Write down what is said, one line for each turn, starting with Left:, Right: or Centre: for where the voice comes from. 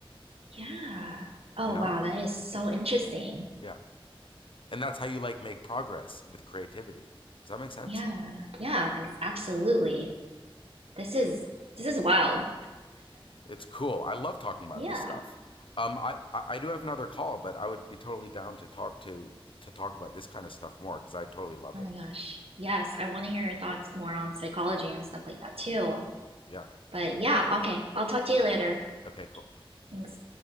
Right: Yeah. Oh
Left: you know
Right: wow, that is so interesting.
Left: yeah and that's how you like make progress with creativity does that make sense
Right: Yeah, yeah, ex- absolutely. This is this is wild.
Left: It's cool. I love talking about
Right: Yeah.
Left: this stuff. Um, I, I I do have another call, but I would be totally down to talk to to talk about this kind of stuff more because I totally love
Right: Oh
Left: it.
Right: my gosh. Yes, I want to hear your thoughts more on psychology and stuff like that too.
Left: Yeah.
Right: But yeah, okay. I'll talk to you later.
Left: Okay. Cool.
Right: Thanks.